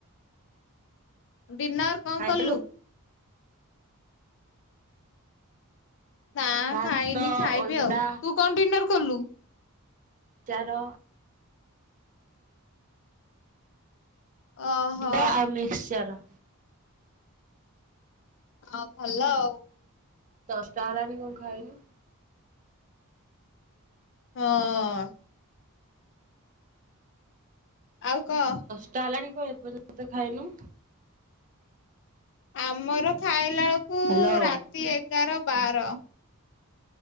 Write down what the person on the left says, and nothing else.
ଡିନର କଣ
କଲୁ? ନା
ଖାଇନି ଖାଇବି
ଆଉ ତୁ କଣ ଡିନର କଲୁ?
ଓହୋ
ହଁ ଭଲ ଆଉ।
ହଁ। ଆଉ କହ।
ଆମର ଖାଇଲା ବେଳକୁ
ରାତି ଏଗାର ବାର।